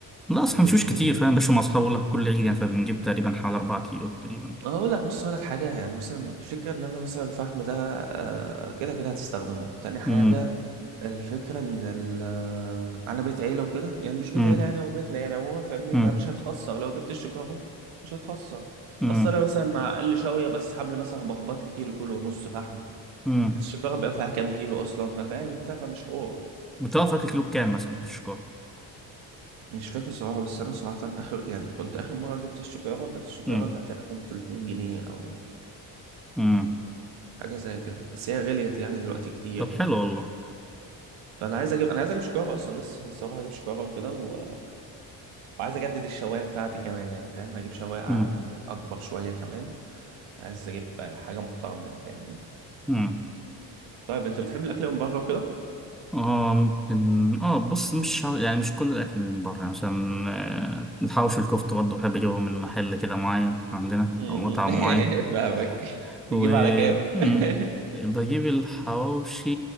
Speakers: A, in the centre; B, on the right.
A: لا اصلا
B: ما بجيبش
A: مشوش كتير
B: بالجو
A: فاهم باش مع اصحابي ولا كل عيد يعني فبنجيب تقريبا حوالي 4 كيلو تقريبا
B: اقول لك بص اقول لك حاجه يعني مثلا الفكره ان انا مثلا الفحم ده آه، كده كده هتستخدمه تاني حاجه
A: امم
B: الفكره ان ال- آه، انا بيت عيله وكده يعني مش بيت
A: امم
B: عيله يعني هو بيتنا يعني عموما فاهمني
A: امم
B: فمش هتخسر لو جبت الشكاره مش هتخسر
A: امم
B: اصل انا مثلا مع اقل شويه بس حبل مثلا بخبط لي كيلو كيلو ونص فحم
A: امم
B: السيجارة بقى فيها كام كيلو أصلا ففاهم أنت فمش حوار
A: بتعرف تاكل كيلو بكام مثلا بالشكر
B: مش فاكر صراحة بس أنا صراحة آخر يعني كنت آخر مرة جبت السيجارة كانت السيجارة
A: امم
B: كانت تقريبا 300 جنيه أو
A: امم
B: حاجة زي كده بس هي غليت يعني دلوقتي كتير
A: طب حلو
B: يعني فاهم
A: والله
B: فأنا عايز أجيب أنا عايز أجيب شيكارة أصلا لسه لسه هروح أجيب شيكارة وكده و... وعايز أجدد الشواية بتاعتي كمان يعني فاهم هجيب شواية يعني
A: امم
B: أكبر شوية كمان عايز أجيب حاجة محترمة يعني فاهمني
A: امم
B: طيب أنت بتحب الأكل من بره وكده؟
A: اه ممكن اه بص مش ع- يعني مش كل الاكل من بره يعني مثلا آه، الحواوشي والكفته برضه بحب اجيبهم من محل كده معين عندنا
B: <laughs>
A: او مطعم معين
B: فاهمك
A: و
B: بتجيب على كام؟
A: مم.
B: <laughs>
A: بجيب الحواوشي